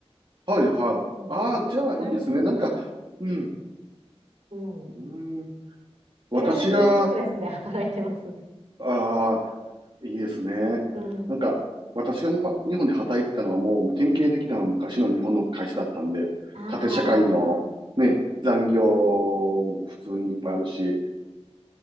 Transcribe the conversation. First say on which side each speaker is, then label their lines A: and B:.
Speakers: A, on the right; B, on the right.
A: はいはい。
B: なんですよ。
A: ああ、じゃあいいですね。
B: 意外に、
A: なんか、うん。
B: うん。
A: うーん。私が、
B: 意外にノンストレスで働いてますね。
A: あいいですね。
B: うん。
A: なんか、私が、ま、日本で働いてたのはもう典型的な昔の日本の会社だったんで、
B: あ
A: 縦社会のね、
B: あ、
A: 残業も普通にいっぱいあるし、
B: そう